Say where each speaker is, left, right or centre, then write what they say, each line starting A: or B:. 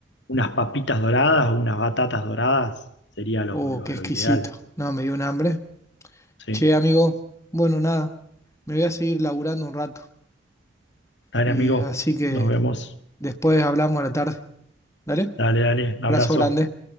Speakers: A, on the left; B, on the left.
A: Unas papitas doradas o unas batatas doradas sería lo,
B: Oh,
A: lo,
B: qué
A: lo
B: exquisito.
A: ideal.
B: No, me dio un hambre.
A: Sí.
B: Che, amigo, bueno, nada, me voy a seguir laburando un rato
A: Dale,
B: y
A: amigo,
B: así que
A: nos vemos.
B: después hablamos a la tarde. ¿Dale?
A: Dale, dale, un abrazo.
B: Abrazo grande.
A: Chau,